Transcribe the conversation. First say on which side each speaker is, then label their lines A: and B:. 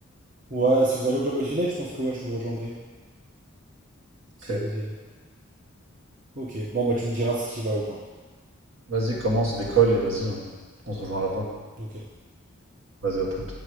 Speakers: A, on the right; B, on the right.
A: Ouais, si vous allez au Global Village, je pense que ouais, je vous rejoindrai, si
B: Ok.
A: vous y allez. Ok, bon bah tu me diras si tu y vas ou pas.
B: Vas-y, commence, décolle et vas-y, on, on se rejoint là-bas.
A: Ok?
B: Vas-y, à tout.